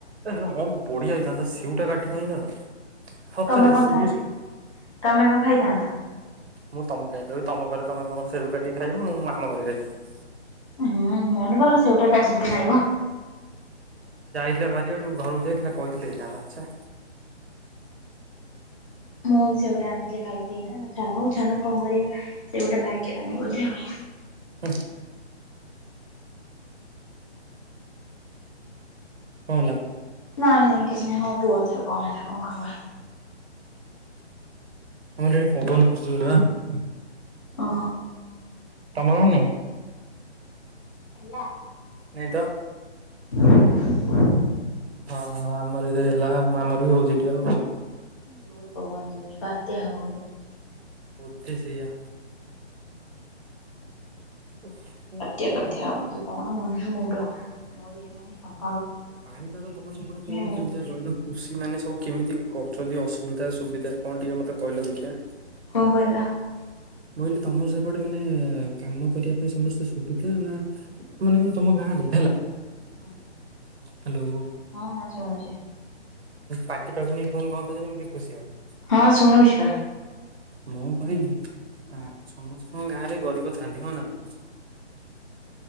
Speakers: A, on the right; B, on the left.
A: ହଁ ବଢିଆ ହେଇଥାନ୍ତା ସିଉ କାଟିକି ଆଇଁଲନି। ସତରେ
B: ତମେ କଥା
A: ସିରିୟସଲି
B: ତମେ କଣ ଖାଇଥାନ୍ତ?
A: ମୁଁ ତମକୁ କାହିଁ କହିବି ତମ ଘରେ ତମେ ତମ ଘରେ ସେଉ କାଟିକି ଖାଇବ ମୁଁ ଆମ ଘରେ ଖାଇିବି।
B: ଉଁ ହୁଁ ମନେ ଭଲ ପଡିଲା ସେଉଟା କାଟିକି ଖାଇବ।
A: ପା ବାରିଆଡୁ ଘରକୁ ଯାଇଥିଲେ କହିଥିଲେ ଛେ।
B: ମୁଁ ବି ସେଉଟା ଆଣିଥିଲି ଖାଇଥିଲେ ହେଇଥାନ୍ତା ଛାଡ ହଉ ଛାଡ କଣ କରିବା ସେ ଗୋଟେ ଭାଗ୍ୟରେ ନାହିଁ ବୋଧେ ଆଉ।
A: ହୁଁ। କଣ ହେଲା?
B: ନାଇଁ ନାଇଁ କିଛି ନାହିଁ ହଁ କୁହ ଏଥର କଣ ହେଲା କଣ ଖବର
A: ଆମର ଏଠି ପବନ ହଉଛି ଜୋର ରେ।
B: ଓ।
A: ତମର ନାହିଁ?
B: ହେଲା।
A: ନାଇଁ ତ।
B: <inaudible>
A: ହଁ ଆମର ତ ହେଲା ଆମର ବି ହଉଛି। ଏଠି ବା
B: ଜୋର ପବନ ଦଉଚି ବାତ୍ୟା ହବ ବୋଧେ।
A: ବୋଧେ ସେୟା। ଓଫ କଣ
B: ବାତ୍ୟା
A: କରିବୁ?
B: ଫାତ୍ୟା ହବ କି କଣ ମଣିଷ ମୁଣ୍ଡ ମରି <unintelligible>
A: ପାଣିପାଗ ତମର ସପଟେ କଣ
B: ମଣିଷ
A: କେମିତିଆ କହିଲ କୃଷି ମାନେ ସବୁ କେମିତି କରୁଛନ୍ତି ଅସୁବିଧା ସୁବିଧା କଣ ଟିକେ ମତେ କହିଲ ଦେଖିବା।
B: କଣ କହିଲ
A: ବୋଇଲେ ତମର ସେପଟେ ମାନେ କାମ କରିବା ପାଇଁ ସମସ୍ତେ ସୁବିଧା ନା ମାନେ ତମ ଗାଁରେ ହେଲା।
B: ହଁ।
A: ହ୍ୟାଲୋ।
B: ହଁ ଶୁଣୁଛି।
A: ପାଟି ପାଖକୁ ନେଇ ଫୋନ କହନ୍ତା ଯଦି ମୁଁ ଟିକେ ଖୁସି ହନ୍ତି।
B: ହଁ ଶୁଣୁଛି ବା।
A: ମୁଁ କହିଲି ଆ ସମସ୍ତେ ହଁ ଗାଁରେ ଗରିବ ଥାନ୍ତି ହଁ ନା ନାଇଁ?